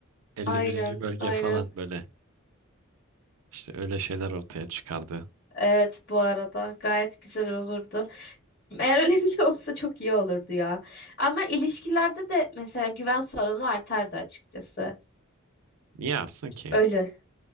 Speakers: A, on the right (about 85°); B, on the left (about 50°).
A: elli
B: Aynen
A: birinci bölge
B: aynen.
A: falan böyle. işte öyle şeyler ortaya çıkardı.
B: Evet bu arada gayet güzel olurdu. Eğer öyle <laughs> bir şey olsa çok iyi olurdu ya. Ama ilişkilerde de mesela güven sorunu artardı açıkçası.
A: Niye arsın ki?
B: Öyle.